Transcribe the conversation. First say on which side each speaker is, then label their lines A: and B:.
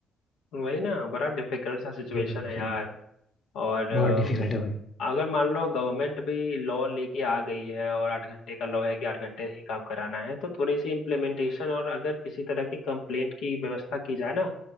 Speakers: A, on the left; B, on the left.
A: वही ना बड़ा डिफिकल्ट सा सिचुएशन
B: ये कंडीशन
A: है यार
B: है भाई
A: और
B: बहुत डिफिकल्ट है भाई
A: अ, अगर मान लो गवर्नमेंट भी लॉ लेके आ गई है और आठ घंटे का लॉ है कि आठ घंटे ही काम कराना है तो थोड़ी सी इम्प्लीमेंटेशन और अगर किसी तरह की कंप्लेंट की व्यवस्था की जाए ना